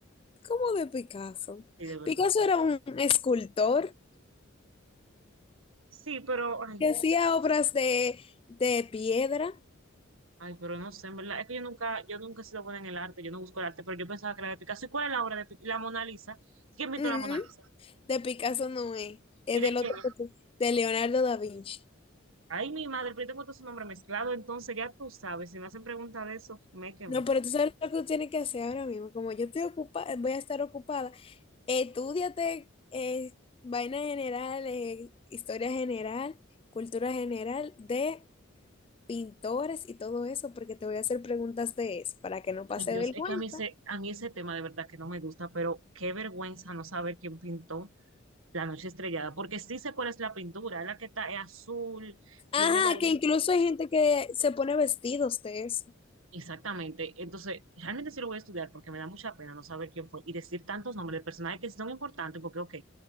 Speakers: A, on the left; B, on the right.
A: ¿cómo de Picasso?
B: Sí, de verdad.
A: Picasso era un escultor
B: Sí, pero, ay,
A: que hacía obras de, de piedra.
B: Ay, pero no sé, en verdad, es que yo nunca, yo nunca he sido buena en el arte, yo no busco el arte, pero yo pensaba que era de Picasso. ¿Y cuál es la obra de Picasso? La Mona Lisa. ¿Quién pintó
A: Ujú.
B: la Mona Lisa?
A: De Picasso no es. Es
B: ¿Y de
A: del
B: quién
A: otro,
B: es?
A: que tú- de Leonardo da Vinci.
B: Ay, mi madre, pero yo tengo todo su nombre mezclado, entonces ya tú sabes, si me hacen pregunta de eso, me quemé.
A: No, pero tú sabes lo que tú tienes que hacer ahora mismo. Como yo estoy ocupada, voy a estar ocupada, Estúdiate eh, vaina general, eh, historia general, cultura general de pintores y todo eso, porque te voy a hacer preguntas de eso para que no pase
B: Ay, Dios,
A: vergüenza.
B: es que a mí ese, a mí ese tema de verdad que no me gusta, pero qué vergüenza no saber quién pintó La Noche Estrellada, porque sí sé cuál es la pintura, es la que está, es azul,
A: Ajá,
B: tiene la luna.
A: que incluso hay gente que se pone vestidos de eso.
B: Exactamente. Entonces, realmente sí lo voy a estudiar porque me da mucha pena no saber quién fue y decir tantos nombres de personajes que sí son importantes porque, ok,